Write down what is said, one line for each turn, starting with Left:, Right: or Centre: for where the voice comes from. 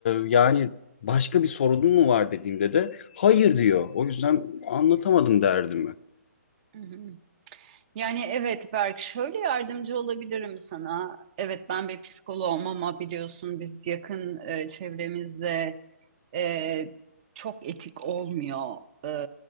Left: yani Başka bir sorunun mu var dediğimde de hayır diyor. O yüzden anlatamadım derdimi.
Right: hı hı. Yani evet Berk şöyle yardımcı olabilirim sana. Evet ben bir psikoloğum ama biliyorsun biz yakın e, çevremizde e, çok etik olmuyor e,